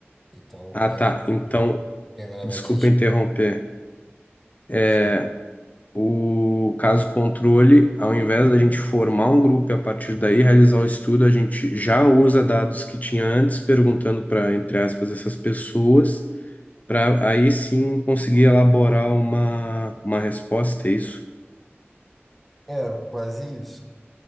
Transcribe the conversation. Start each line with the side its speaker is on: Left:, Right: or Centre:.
Centre: Então,
Left: Ah,
Centre: é,
Left: tá. Então,
Centre: primeiro, primeiramente,
Left: desculpa
Centre: as-
Left: interromper. É,
Centre: sim,
Left: O caso controle, ao invés da gente formar um grupo e a partir daí realizar o estudo, a gente já usa dados que tinha antes, perguntando para, entre aspas, essas pessoas, para aí sim conseguir elaborar uma, uma resposta, é isso?
Centre: é quase isso.